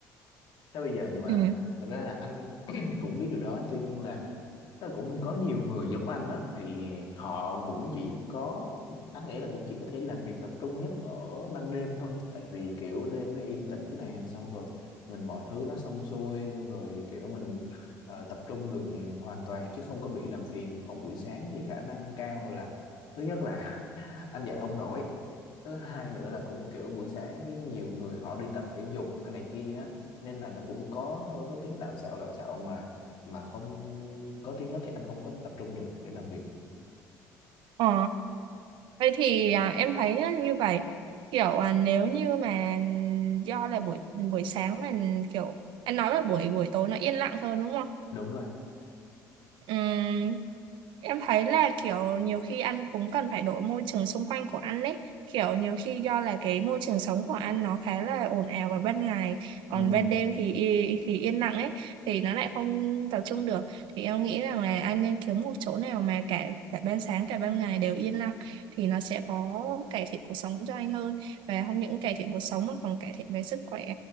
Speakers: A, on the left; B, on the right.
A: Thế bây giờ nhưng mà
B: ừ.
A: thật ra là anh <clears throat> cũng biết điều đó tuy nhiên là nó cũng có nhiều người giống anh á thì họ cũng chỉ có anh nghĩ là cũng chỉ có thể làm việc tập trung nhất ở ban đêm thôi tại vì kiểu đêm nó yên tĩnh nè xong rồi mình mọi thứ nó xong xuôi xong rồi kiểu mình ờ, tập trung được hoàn toàn chứ không có bị làm phiền còn buổi sáng thì khả năng cao là thứ nhất là <laughs> anh dậy không nổi thứ hai nữa là cũng kiểu buổi sáng cái nhiều người họ đi tập thể dục cái này kia á nên là nó cũng có hơi có tiếng lạo xạo lạo xạo mà mà không có tiếng đó thì anh không có tập trung được để làm việc
B: Ờ, vậy thì à, em thấy á, như vậy kiểu à, nếu như mà do là buổi buổi sáng là kiểu anh nói là buổi buổi tối nó yên lặng hơn đúng không
A: đúng rồi
B: Ừm, Em thấy là kiểu nhiều khi anh cũng cần phải đổi môi trường xung quanh của anh ấy. Kiểu nhiều khi do là cái môi trường sống của anh nó khá là ồn ào vào ban ngày, còn
A: ừ
B: ban đêm thì y- thì yên lặng ấy thì nó lại không tập trung được. Thì em nghĩ rằng là anh nên kiếm một chỗ nào mà cả cả ban sáng cả ban ngày đều yên lặng thì nó sẽ có cải thiện cuộc sống cho anh hơn và không những cải thiện cuộc sống mà còn cải thiện về sức khỏe